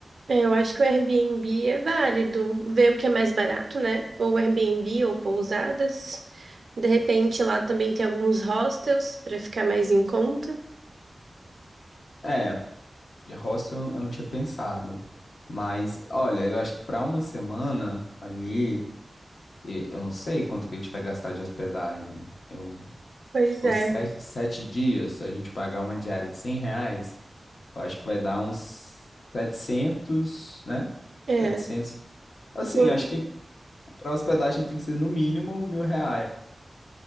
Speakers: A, on the right; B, on the left.
A: É, Eu acho que o Airbnb é válido. Ver o que é mais barato, né? Ou Airbnb ou pousadas. De repente lá também tem alguns hostels para ficar mais em conta.
B: É, De hostel eu não eu não tinha pensado. Mas, olha, eu acho que para uma semana ali, e- eu não sei quanto que a gente vai gastar de hospedagem. Eu,
A: Pois
B: se for
A: é,
B: sete, sete dias, se a gente pagar uma diária de 100 reais, eu acho que vai dar uns setecentos né?
A: é,
B: setecentos Assim,
A: o-
B: acho que para hospedagem tem que ser no mínimo mil reais.